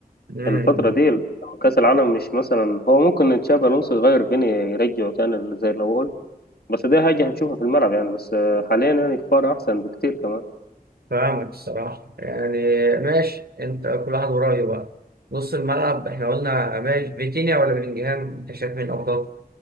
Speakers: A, on the right; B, on the left.
A: امم
B: الفترة دي كأس العالم مش مثلا هو ممكن تشابي ألونسو يغير فيني يرجعه تاني زي الأول بس دي حاجة هنشوفها في الملعب يعني بس آه، حاليا يعني كفارة أحسن بكتير كمان
A: فاهمك الصراحه يعني ماشي انت كل واحد ورايه بقى نص الملعب احنا قلنا ماشي فيتينيا ولا بلينجهام انت شايف مين افضل